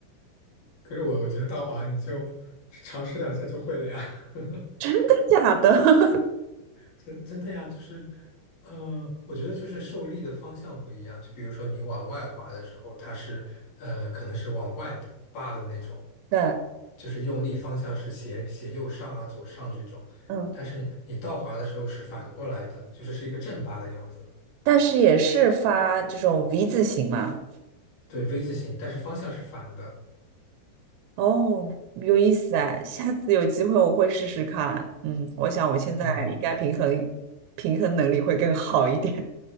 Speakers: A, on the left (about 40°); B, on the right (about 80°).
A: 可是我我觉得道华你就尝试两下就会了呀。<laughs>
B: 真的假的？<laughs>
A: 真真的呀，就是，呃，我觉得就是受力的方向不一样。就比如说你往外滑的时候，它是呃，可能是往外扒的那种，
B: 对，
A: 就是用力方向是斜斜右上啊、左上这种。
B: 嗯。
A: 但是你倒滑的时候是反过来的，就是是一个正八的样子，
B: 但是也是发这种 V 字形嘛。
A: 对，V 字形，但是方向是反的。
B: 哦，有意思哎，下次有机会我会试试看。嗯，我想我现在应该平衡平衡能力会更好一点。
A: 嗯，
B: <laughs>